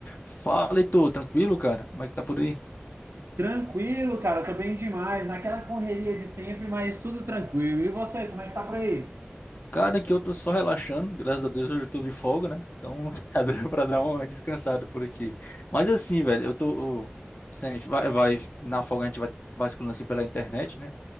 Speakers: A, on the left; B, on the right.
A: Fala, Heitor, tranquilo, cara? Como é que tá por aí?
B: Tranquilo, cara, tô bem demais, naquela correria de sempre, mas tudo tranquilo. E você, como é que tá por aí?
A: Cara, aqui eu tô só relaxando, graças a Deus hoje eu tô de folga, né? Então <laughs> tá dando pra dar uma descansada por aqui. Mas assim, velho, eu tô. Assim, a gente vai, vai- na folga a gente vai vasculhando assim pela internet, né?